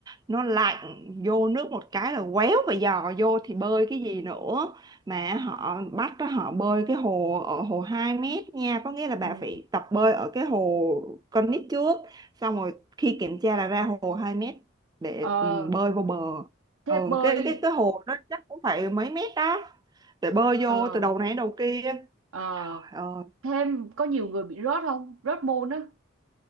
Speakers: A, on the right (about 20°); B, on the right (about 80°).
A: nó lạnh vô nước một cái là quéo và dò vô thì bơi cái gì nữa mà họ bắt đó, họ bơi cái hồ ở hồ 2 mét nha có nghĩa là bà
B: ừ.
A: phải tập bơi ở cái hồ con nít trước xong rồi khi kiểm tra là ra hồ hai mét để
B: ờ,
A: ừ, bơi vô bờ
B: thế
A: ừ,
B: bơi
A: cái cái cái hồ đó chắc cũng phải mấy mét đó để bơi
B: ờ,
A: vô từ đầu này đến đầu kia
B: ờ,
A: trời ơi
B: thêm có nhiều người bị rớt không rớt môn á